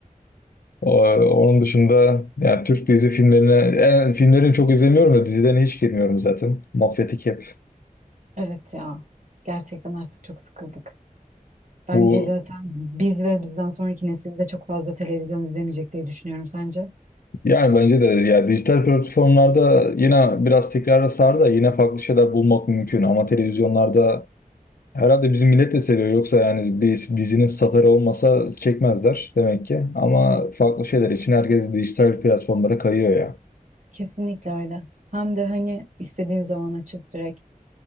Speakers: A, on the left; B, on the right.
A: O- Onun dışında yani Türk dizi filmlerine yani filmlerini çok izlemiyorum da dizilerine hiç girmiyorum zaten. Mafyatik hep.
B: Evet ya. Gerçekten artık çok sıkıldık. Bence
A: Bu
B: zaten biz ve bizden sonraki nesilde çok fazla televizyon izlemeyecek diye düşünüyorum sence.
A: yani bence de yani dijital platformlarda yine biraz tekrara sardı da yine farklı şeyler bulmak mümkün ama televizyonlarda herhalde bizim millet de seviyor yoksa yani bir dizinin satarı olmasa çekmezler demek ki. Ama farklı şeyler için herkes dijital platformlara kayıyor ya.
B: Kesinlikle öyle. Hem de hani istediğin zaman açıp direkt